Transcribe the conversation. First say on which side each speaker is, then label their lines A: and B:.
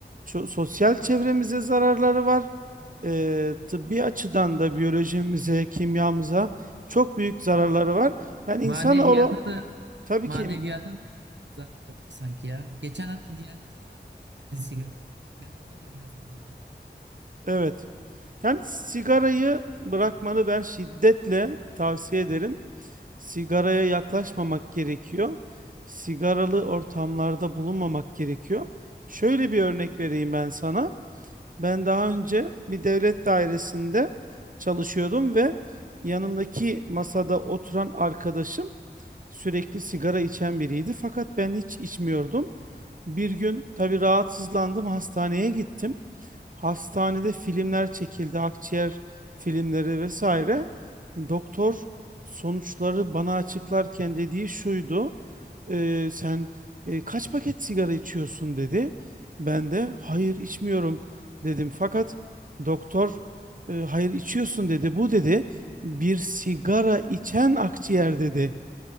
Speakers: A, on the right; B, on the right.
A: Ço- sosyal çevremize zararları var. E, tıbbi açıdan da biyolojimize, kimyamıza çok büyük zararları var. Yani
B: maneviyata
A: insanoğlu
B: da
A: Tabii
B: maneviyata
A: ki
B: da zararı var sanki ya. Geçen hafta Diyanet haram haram dedi sigaraya. Ben orada da biraz vuruldum.
A: Evet. Yani sigarayı bırakmanı ben şiddetle tavsiye ederim. Sigaraya yaklaşmamak gerekiyor. Sigaralı ortamlarda bulunmamak gerekiyor. Şöyle bir örnek vereyim ben sana. Ben daha önce bir devlet dairesinde çalışıyordum ve yanımdaki masada oturan arkadaşım sürekli sigara içen biriydi fakat ben hiç içmiyordum. Bir gün tabii rahatsızlandım, hastaneye gittim. Hastanede filmler çekildi, akciğer filmleri vesaire. Doktor sonuçları bana açıklarken dediği şuydu. "Ee, sen e, kaç paket sigara içiyorsun dedi. Ben de hayır içmiyorum dedim. Fakat doktor "E, hayır içiyorsun dedi. Bu dedi bir sigara içen akciğer dedi.